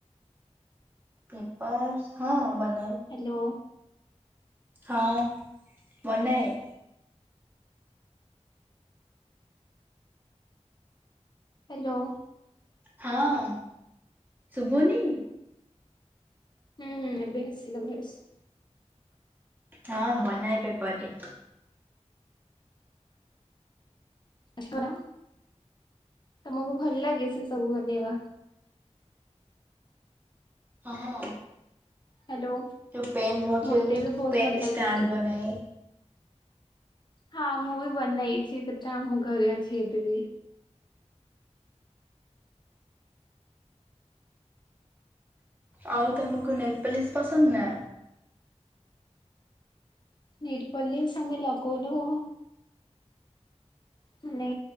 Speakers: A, on the right; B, on the left.
A: ପେପର୍ସ୍ ହଁ ବନ
B: ହ୍ୟାଲୋ।
A: ହଁ ବନାଏ।
B: ହ୍ୟାଲୋ।
A: ହଁ ଶୁଭୁନି।
B: ହୁଁ ହୁଁ ଏବେ ଆସିଲା ଭଏସ।
A: ହଁ ବନାଏ ପେପରରେ
B: ଅଶପୁର ତମକୁ ଭଲ ଲାଗେ ସେ ସବୁ ବନେଇବା?
A: ହଁ।
B: ହ୍ୟାଲୋ
A: ଯୋଉ ପେନ୍ ରଖିବାକୁ
B: ମତେ ବି ବହୁତ
A: ପେନ୍
B: ଭଲ ଲାଗେ।
A: ଷ୍ଟାଣ୍ଡ ବନାଏ।
B: ହଁ ମୁଁ ବି ବନେଇଛି କେତେମ ଘରେ ଅଛି ଏବେ ବି
A: ଆଉ ତମକୁ ନେଲପଲିସ୍ ପସନ୍ଦ ନା?
B: ନିରପଲ୍ଲିସ ଆମେ ଲଗୋଉନୁ। ମାନେ